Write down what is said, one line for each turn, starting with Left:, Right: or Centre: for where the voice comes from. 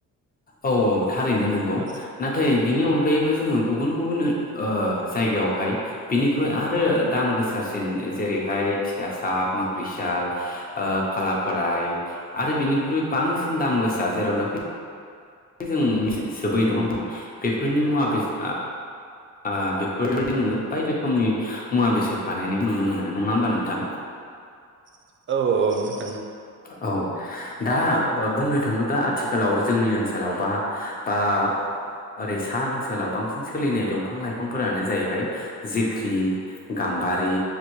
Left: औ औ थारैनो नोंगौ
Right: औ
Left: नाथाय बिनि अनगायैबो जोङो गुबुन गुबुन ओ जायगायावहाय बिनिख्रुइ आरो दाम गोसासिन जेरैहाय थिथासा माख्रिसाल ओ खाला खराइ आरो बिनिख्रुइ बांसिन दाम गोसा जेरावनाखि जों सोबै दङ बेफोरनि मुवा बेसाद आ बायदि रोखोमनि मुवा बेसाद बानायनाय नुनो मोनो नङा होमबा नोंथां
Right: औ औ <unintelligible>
Left: औ दा बुंनो थाङोब्ला आथिखालाव जोंनि ओनसोलाव बा बा ओरै सा ओनसोलाव बांसिन सोलिनाय दंफां लाइफांफोरानो जाहैबाय जिख्रि गाम्बारि